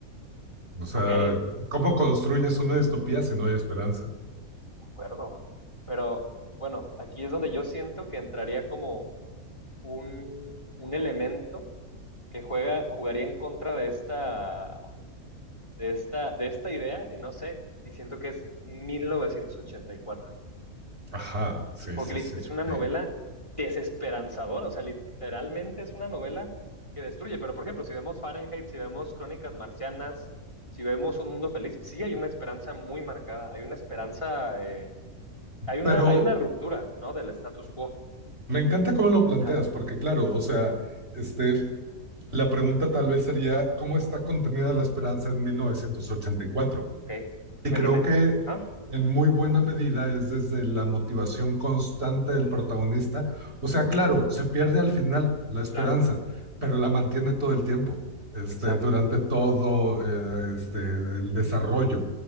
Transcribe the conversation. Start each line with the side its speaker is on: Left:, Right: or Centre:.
Right: O sea,
Left: ok, de
Right: ¿cómo construyes una distopía si no hay esperanza?
Left: acuerdo. Pero bueno, aquí es donde yo siento que entraría como un, un elemento que juega, jugaría en contra de esta, de esta, de esta idea, y no sé, y siento que es mil novecientos ochenta y cuatro.
Right: Ajá, sí,
Left: porque
Right: sí,
Left: lit-
Right: sí,
Left: es
Right: sí.
Left: una novela desesperanzadora, o sea, literalmente es una novela que destruye, pero por ejemplo, si vemos Fahrenheit, si vemos Crónicas Marcianas, si vemos Un Mundo Feliz, sí hay una esperanza muy marcada, hay una esperanza, eh, hay una,
Right: Pero
Left: hay una ruptura, ¿no? Del status quo.
Right: me encanta cómo lo planteas,
Left: Ajá,
Right: porque claro, o sea, este, la pregunta tal vez sería, ¿cómo está contenida la esperanza en 1984?
Left: ok, dime,
Right: Y creo
Left: dime.
Right: que
Left: Ah,
Right: en muy buena medida es desde la motivación constante del protagonista. O sea, claro, se pierde al final la esperanza,
Left: claro,
Right: pero la mantiene todo el tiempo, este,
Left: exacto.
Right: durante todo eh, este, el desarrollo.